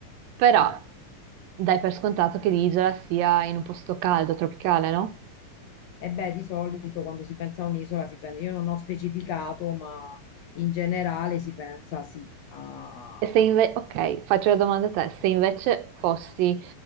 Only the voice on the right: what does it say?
Però
dai per scontato che l'isola sia in un posto caldo, tropicale, no?
E se invece, ok, faccio la domanda a te, se invece fossi